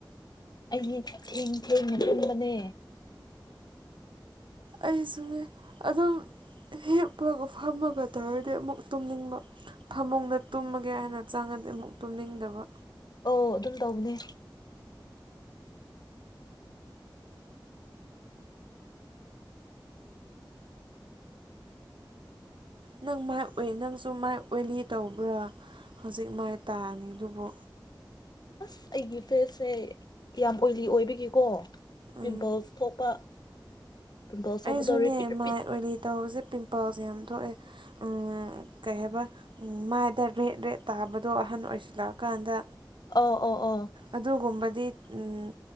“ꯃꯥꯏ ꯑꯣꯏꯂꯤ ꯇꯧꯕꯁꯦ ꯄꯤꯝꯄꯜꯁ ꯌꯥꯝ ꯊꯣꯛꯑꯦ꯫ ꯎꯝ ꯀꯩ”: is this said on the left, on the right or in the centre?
Right